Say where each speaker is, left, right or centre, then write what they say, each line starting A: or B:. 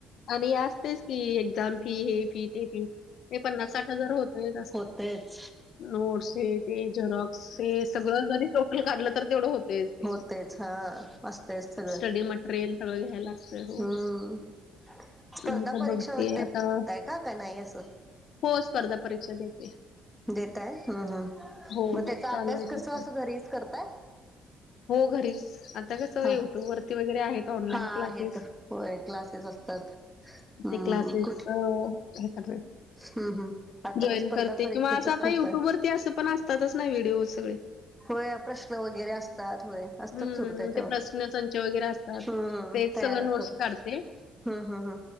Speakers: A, on the left; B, in the centre.
A: आणि असतेच की एक्झाम फी हे फी ते फी ते पन्नास साठ हजार होतोय.
B: होतेच.
A: नोट्स हे ते जरॉक्स हे सगळं जरी टोटल काढलं तर तेवढं होत. तेच ते
B: होतेच हा असतयच सगळं
A: स्टडी मटेरियल सगळं घ्यायला. हो
B: हम्म स्पर्धा
A: तर
B: परीक्षा
A: बघते
B: वगैरे
A: आता.
B: देताय का का नाही असं
A: हो स्पर्धा परीक्षा देते.
B: देतय हम हम्
A: हो,
B: मग
A: हो
B: त्याचा
A: चालू
B: अभ्यास
A: आहे ते
B: कस
A: पण.
B: अस घरीच करताय.
A: हो घरीच आता कस
B: हा
A: युट्यूब वरती वगैरे आहे ऑनलाईन
B: हा
A: क्लास.
B: आहेत होय क्लासेस असतात हम्म
A: ते क्लासेस
B: कुठ
A: हे कर.
B: हम्म हम्म आता
A: जॉईन
B: तर स्पर्धा
A: करते
B: परीक्षेच
A: किंवा असं आता
B: खूप
A: युट्यूब
B: आहे
A: वरती असं पण असतातच नाही व्हिडिओ सगळे.
B: होय प्रश्न वगैरे असतात होय. असतात
A: हं,
B: सुरू त्याच्यावर
A: ते प्रश्न संच वगैरे असतात.
B: हम्म
A: तेच
B: तयार
A: सगळं
B: असतात.
A: नोट्स काढते.
B: हा हा हा.